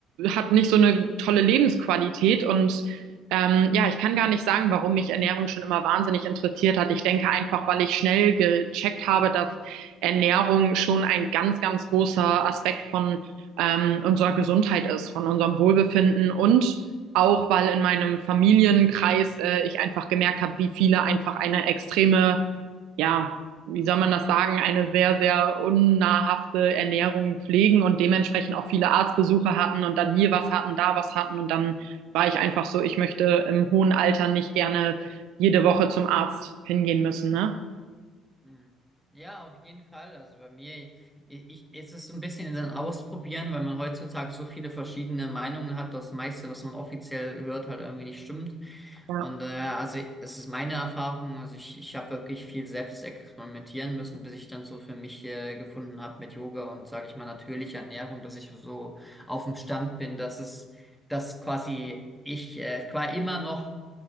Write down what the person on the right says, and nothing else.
hat nicht so eine tolle Lebensqualität und ähm, ja, ich kann gar nicht sagen, warum mich Ernährung schon immer wahnsinnig interessiert hat. Ich denke einfach, weil ich schnell gecheckt habe, dass Ernährung schon ein ganz, ganz großer Aspekt von ähm, unserer Gesundheit ist, von unserem Wohlbefinden und auch, weil in meinem Familienkreis äh, ich einfach gemerkt habe, wie viele einfach eine extreme, ja, wie soll man das sagen, eine sehr, sehr unnahrhafte Ernährung pflegen und dementsprechend auch viele Arztbesuche hatten und dann hier was hatten, da was hatten und dann war ich einfach so, ich möchte im hohen Alter nicht gerne jede Woche zum Arzt hingehen müssen, ne?
Ja,